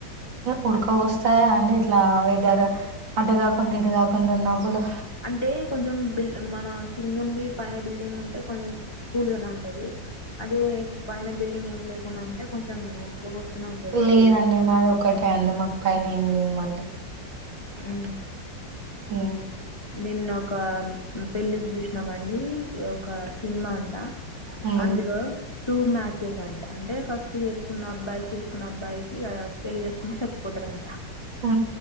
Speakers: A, on the right; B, on the left.
A: ఉడక వస్తాయా అండి ఇట్లా వెదర్ అటు కాకుండా ఇటు కాకుండా ఉన్నప్పుడు
B: అంటే కొంచెం బిల్ మన కిందండి పైన బిల్డింగ్ ఉంటే కొంచెం కూల్గాలా ఉంటాది అదే పైన బిల్డింగ్ ఏమి లేకుండా ఉంటే కొంచెం ఉడకపోస్తూనే ఉంటుంది కదా
A: లేదండి
B: వేడికి
A: మాది ఒకటే అండి మా పైన ఏం లేదు మళ్ళీ
B: అ
A: ఉమ్
B: నిన్న ఒక పెళ్ళికి చూసినామండి ఒక సినిమా అంట
A: ఉమ్
B: అందులో టూ మ్యాచెస్ అంట అంటే ఫస్ట్ చేసుకున్న అబ్బాయి చేసుకున్న అబ్బాయికి పెళ్ళి చేసుకుంటని చచ్చిపోతారంట
A: ఆ